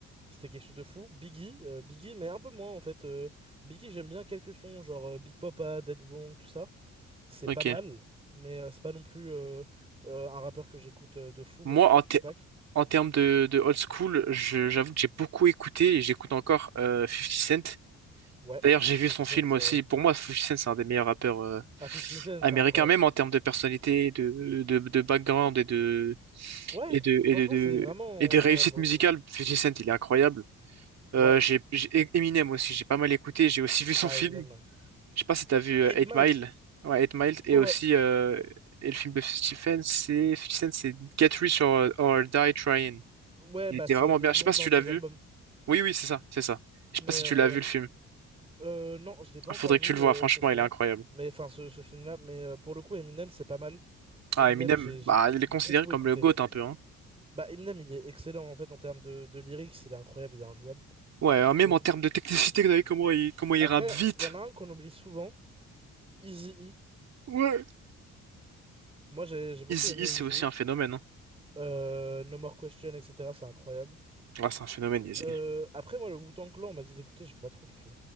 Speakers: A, on the right; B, on the right.
A: c'était quelque chose de fou. Biggie, euh, Biggie mais un peu moins en fait. euh, Biggie j'aime bien quelques sons genre euh, Big Papa, Dead Blonde, tout ça, c'est
B: Ok.
A: pas mal mais euh, c'est pas non plus euh, euh, un rappeur que j'écoute euh, de fou.
B: Moi,
A: Moi je suis plus
B: en ter-
A: Tupac.
B: en termes de, de old school, je- j'avoue que j'ai beaucoup écouté et j'écoute encore euh, 50 Cent.
A: Ouais,
B: D'ailleurs, j'ai vu
A: 50
B: son film
A: Cent,
B: aussi.
A: euh,
B: Pour moi, Fifty Cent, c'est un des meilleurs rappeurs euh,
A: ah 50 Cent
B: américains,
A: c'est incroyable.
B: même en termes de personnalité, de, de, de background et de
A: Ouais,
B: et de
A: franchement
B: et de, de-
A: c'est vraiment
B: et de réussite
A: ouais pour
B: musicale.
A: le coup.
B: Fifty Cent, il est incroyable. Euh,
A: Ouais.
B: j'ai j'ai- Eminem aussi, j'ai pas mal écouté, j'ai aussi <laughs> vu son
A: Ah,
B: film.
A: Eminem, ouais.
B: Je sais pas si t'as vu euh,
A: 8
B: 8
A: Miles.
B: Mile. Ouais, Eight Mile et
A: Ouais.
B: aussi euh, et le film de 50 Cent, c'est 50 Cent, c'est Get Rich or, or Die Trying.
A: Ouais,
B: Il
A: bah
B: était
A: c'est
B: vraiment
A: le
B: bien. Je
A: nom
B: sais pas si
A: d'un
B: tu
A: de
B: l'as
A: ses
B: vu.
A: albums.
B: Oui, oui, c'est ça, c'est ça. Je sais
A: Mais
B: pas si
A: euh,
B: tu l'as
A: ouais.
B: vu le film.
A: Euh, non, je l'ai pas
B: Ah,
A: encore
B: Faudrait
A: vu
B: que tu le vois,
A: euh,
B: franchement,
A: ce son-là.
B: il est incroyable.
A: Mais enfin, ce, ce film-là. Mais euh, pour le coup, Eminem, c'est pas mal.
B: Ah,
A: Eminem,
B: Eminem,
A: j'ai j'ai
B: bah, il est
A: beaucoup
B: considéré comme
A: écouté.
B: le GOAT un peu, hein.
A: Bah, Eminem, il est excellent en fait en termes de, de lyrics. Il est incroyable, il est injouable,
B: Ouais, euh,
A: je
B: même
A: trouve.
B: en termes de technicité, vous avez comment il, comment il
A: Après,
B: rappe vite.
A: il y en a un qu'on oublie souvent, Eazy-E.
B: Ouais.
A: Moi, j'ai j'ai beaucoup
B: Easy
A: aimé
B: E, c'est
A: Eazy-E.
B: aussi un phénomène, hein.
A: Euh, No More Question, etc. C'est incroyable.
B: Ah, c'est un phénomène, Easy.
A: Euh,
B: E.
A: après, moi, le Wu-Tang Clan, on m'a dit d'écouter, j'ai pas trop kiffé.